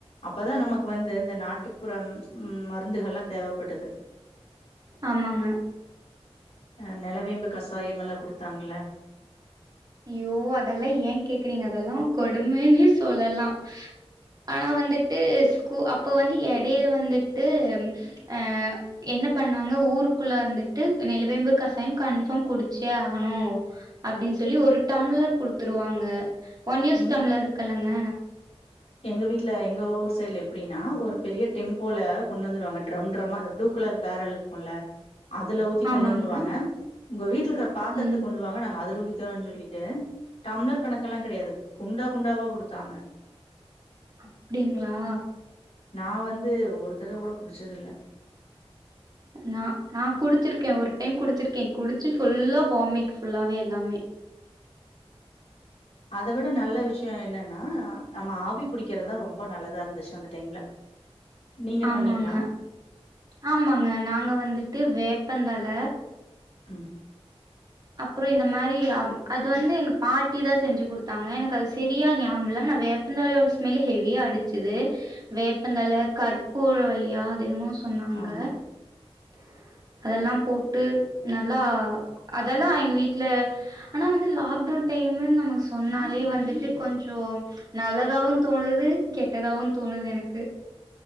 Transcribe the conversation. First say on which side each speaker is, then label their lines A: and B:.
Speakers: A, on the left; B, on the right.
A: அப்பதா நமக்கு வந்து அந்த நாட்டுப்புற ம் மருந்துகள்லா தேவப்பட்டது
B: ஆமாங்க.
A: அ நெலவேம்பு கசாயோமலா குடுத்தாங்கள
B: அய்யோ அதெ ஏன் கேக்குறீங்க அதெல்லாம் கொடுமைனு சொல்லலா ஆனா வந்துட்டு ஸ்கூ அப்ப வந்து எடையில வந்துட்டு அ என்ன பண்ணாங்க ஊருக்குள்ள வந்துட்டு நிலவேம்பு கசாயம் கன்ஃபார்ம் குடிச்சே ஆகணோ அப்படின்னு சொ சொல்லி ஒரு டம்ளர் குடுத்துருவாங்க ஒன்யூஸ்டம்ளர்
A: எங்
B: இருக்கு இல்லங்க
A: எங்க வீட்டுல எங்க ஊர் சைடு்ல எப்படின்னா ஒரு பெரிய டெம்போல கொண்டு வந்துருவாங்க ட்ரம் ட்ரம்மா அந்த ப்ளூ கலர் பேரல் இருக்கும்ல அதுல ஊத்தி
B: ஆமாங்க.
A: கொண்டு வந்துருவாங்க உங்க வீட்ல இருக்குற பாத்தரத்த
B: ம்.
A: கொண்டுவாங்க நாங்க அதுல ஊத்தி தரோம்ன்னு சொல்லிட்டு டம்ளர் கணக் க்கெல்லாம் கிடையாது குண்டா குண்டாவா குடுத்தாங்க
B: அப்டிங்களா?
A: நா வந்து ஒரு தடவ கூட குடிச்சது இல்ல
B: நா நா குடிச்சிருக்க ஒரு டைம் குடிச்சிருக்க குடிச்சு ஃபுல்லா வாமிட் ஃபுல்லாவே எல்லாமே
A: அத விட நல்ல விஷயோ என்னன்னா நம்ம ஆவி பிடிக்கறதா ரொம்ப நல்லதா இருந்துச்சு அந்த டைம்ல நீங்க
B: ஆமாங்க
A: பண்ணீங்களா
B: ஆமாங்க நாங்க வந்துட்டு வேப்பந்தழ
A: ம்
B: அப்புறம் இந்த மாதிரி அது வந்து எங்க பாட்டி தா செஞ்சு குடுத்தாங்க எனக்கு அது செரியா ஞாபகம் இல்ல ஆனா வேப்பந்தலையோட ஸ்மெல் ஹெவியா அடிச்சுது வேப்பந்தல கற்பூர வள்ளியா அது என்னமோ சொ சொன்னாங்க
A: ஆமா
B: <inaudible> அதெல்லாம் போட்டு நான் நல்லா அதெல்லாம் எங்க வீட்டுல ஆனா வந்து லாக்டவுன் டைம்ன்னு நம்ம சொன்னாலே வந்துட்டு கொஞ்சம் நல்லதாவும் தோணுது கெட்டதாவும் தோணுது எனக்கு